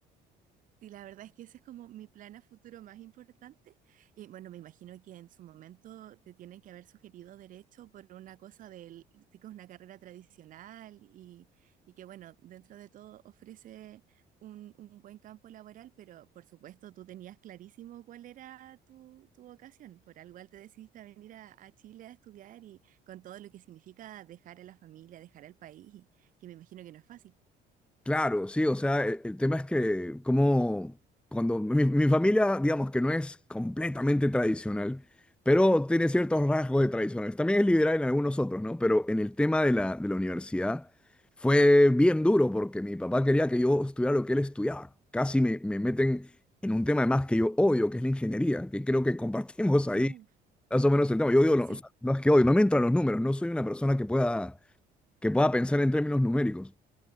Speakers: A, on the right; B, in the centre.
A: Sí, la verdad es que ese es como mi plan a futuro más importante. Y bueno, me imagino que en su momento te tienen que haber sugerido derecho por una cosa del, sí que es una carrera tradicional y, y que bueno, dentro de todo ofrece un, un buen campo laboral, pero por supuesto tú tenías clarísimo cuál era tu, tu vocación. Por algo igual te decidiste a venir a, a Chile a estudiar y con todo lo que significa dejar a la familia, dejar al país, que me imagino que no es fácil.
B: Claro, sí, o sea, e- el, tema es que como cuando mi, mi familia, digamos que no es completamente tradicional, pero tiene ciertos rasgos de tradicionales. También es liberal en algunos otros, ¿no? Pero en el tema de la, de la universidad fue bien duro porque mi papá quería que yo estudiara lo que él estudiaba. Casi me, me meten en un tema además que yo odio, que es la ingeniería, que creo que compartimos ahí
A: Uf.
B: más o menos el tema. Yo digo, no,
A: sí.
B: o sea, no es que odio, no me entran los números, no soy una persona que pueda, que pueda pensar en términos numéricos.